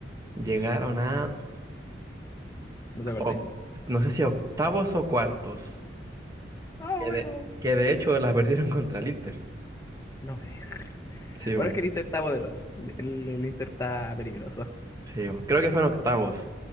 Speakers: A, on the right (about 20°); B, on the left (about 15°).
A: llegaron a,
B: ¿No te acordáis?
A: o- no sé si octavos o cuartos,
B: Ah,
A: que
B: bueno.
A: de, que de hecho la perdieron <laughs> contra el Inter.
B: No me... <laughs>
A: Sí,
B: Bueno,
A: bo,
B: es que el Inter está poderoso. El, el, el Inter está peligroso.
A: sí, bo. Creo que fueron octavos,